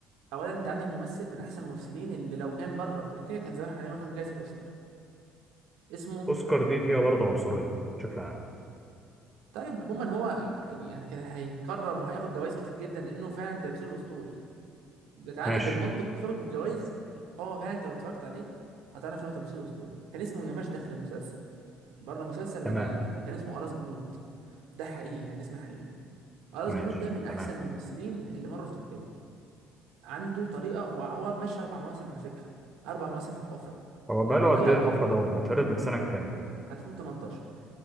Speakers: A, on the right (about 65°); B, in the centre.
A: اولا انت عندك ممثل من احسن الممثلين اللي لو كان بره تركيا كان زمان حاليا واخد جائزه اوسكار اسمه
B: اوسكار دي فيها برضه عنصريه بشكل عام
A: طيب عموما هو يعني كان هيتكرم وهياخد جوائز كتير جدا لانه فعلا تمثيله اسطوري تعالى
B: ماشي
A: بالمنطق سيبك من الجوائز هو فعلا انت لو اتفرجت عليه هتعرف ان هو تمثيله اسطوري كان اسمه ياماش داخل المسلسل بره المسلسل
B: تمام
A: انا كان اسمه اراس بلوت ده حقيقي يعني اسمه حقيقي اراس
B: ماشي
A: بلوت ده من احسن
B: تمام
A: الممثلين اللي مروا في تركيا عنده طريقه وهو ماشي اربع مواسم على فكره اربع مواسم في الحفره
B: هو بقاله
A: لما طلع
B: قد ايه الحفرة دوت بيتعرض من سنة كام؟
A: 2018